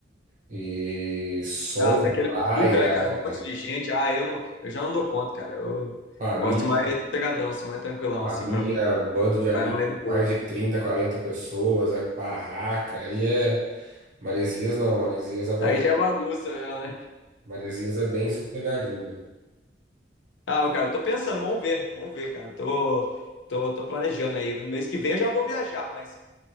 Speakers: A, on the right; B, on the left.
A: e som,
B: Nossa, aquele
A: praia,
B: é um buca, né, cara? Um monte de gente. Ah, eu não, eu já não dou conta, cara. Eu
A: família,
B: gosto de mais sossegadão, assim, mais tranquilão,
A: família,
B: assim, pra
A: bando de amigos,
B: praia mais de boa.
A: mais de 30 40 pessoas, a barraca, e é Maresias não, Maresias é mais
B: Aí já é bagunça mesmo, né?
A: Maresias é bem sossegadinho.
B: Ah, cara, eu tô pensando, vamos ver, vamos ver, cara. Tô, tô, tô planejando aí. No mês que vem eu já vou viajar, mas